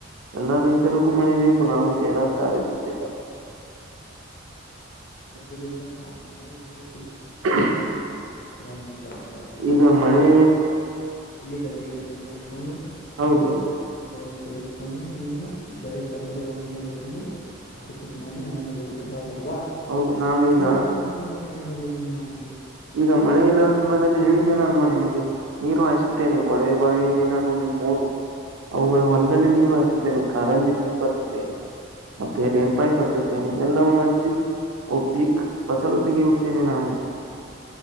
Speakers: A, on the right; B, on the left.
A: ಎಲ್ಲಾ ರೈತರಿಗೂ ಮಳೆಬೇಕೇಕು ನಾನು ಬೇಡ ತಾರೆಸುವುವುದಿಲ್ಲ ಹ
B: ದಿಂದ ಮಳೆಯಲ್ಲಿ
A: ಹ್ಮ
B: ಕ್ರಾಂತತ್ರದು
A: ಈಗ ಮಳೆ
B: ಗದ್ದೆ ಕೆಲಸ ಮಾಡಿಕೊಂಡು
A: ಹೌದು
B: ವಿಲೇಖ ಭೂಮಿಗಳನ್ನು ತೆಗೆದುಕೊಂಡು ನೀವು ಬೆಳೆ ಫಸಲಗಳಳಗ ತೆಗೆದುಕೊಂಡು ಮಾರ್ಕೆಟ್ ಮಾಡಿ ಹಣ ಗಳಿಸುತ್ತ್ರ ಹಲ್ವಾ
A: ಹೌದು ನಾನು ಈಗ
B: ಮಳೆ ಇಲ್ಲ ಸಮಯದಲ್ಲಿ ಮಾಡ
A: ಈಗ ಮಳೆ ಇಲ್ಲದ ಸಮಯದಲ್ಲಿ ಹೇಳಿದ ನಲ್ವಾ ನಿಮಗೆ ನೀರು ಹಾಯಿಸುತ್ತೇನೆ ಕೊಳವೆ ಬಾವಿ ಇದೇ ನಾನ ಮೂರು ಅವುಗಳ ಹೊಲದಲ್ಲಿ ನೀರು ಹಾಯಸುತ್ತೇನೆ ಕಾರಂಜಿ ಪೈಪ್ ಬರ್ಸುತ್ತೇನೆ ಮತ್ತೆ ರೇನ್ ಪೈಪ್ ಬರ್ ಹಚ್ಚುತ್ತೇನೆ ಎಲ್ಲವನ್ನು ಹಚ್ಚಿ ಅ ಪೀಕ್ ಫಸಲು ತೆಗೆಯುತ್ತೇನೆ ನಾನು